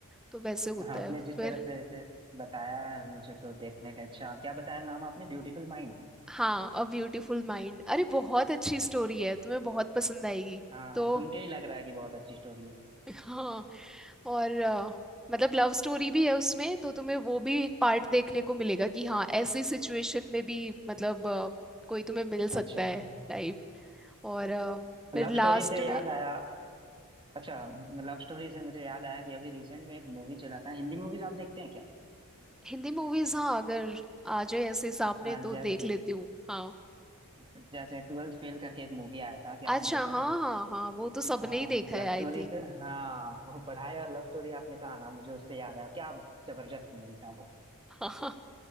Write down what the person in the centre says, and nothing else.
तो वैसे होता
है
फिर
हाँ अ ब्यूटीफुल माइंड अरे बहुत अच्छी स्टोरी है तुम्हें बहुत पसंद आएगी
तो
हाँ और अ, मतलब लव स्टोरी भी है उसमें तो तुम्हें वो भी एक पार्ट देखने को मिलेगा कि हाँ ऐसी सिचुएशन में भी मतलब अ, कोई तुम्हें मिल सकता
है टाइप और अ, फिर
लास्ट
में
हिंदी मूवीज हाँ अगर आ जाए ऐसे सामने
तो
देख लेती हूँ हाँ
अच्छा
हाँ
हाँ हाँ वो तो सबने
ही देखा
है आई
थिंक
<laughs>